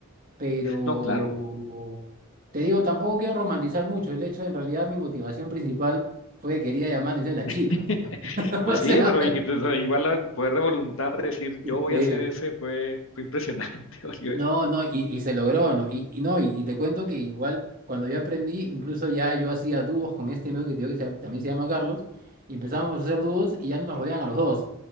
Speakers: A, on the right; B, on the left.
A: Pero
B: No, claro.
A: te digo, tampoco quiero romantizar mucho el hecho en realidad mi motivación principal fue que quería llamar la atención de las
B: <laughs>
A: chicas. <laughs>
B: Pues
A: O
B: sí,
A: sea,
B: pero y- y, pues, igual el poder de voluntad de decir
A: sí.
B: yo voy a hacer ese fue, fue impresionante, <laughs> Oliver.
A: No, no, y, y se logró, ¿no? Y, y no, y, y te cuento que igual cuando yo aprendí, incluso ya yo hacía dúos con este amigo que te digo que se llama- también se llama Carlos, y empezábamos a hacer dúos y ya nos rodeaban a los dos.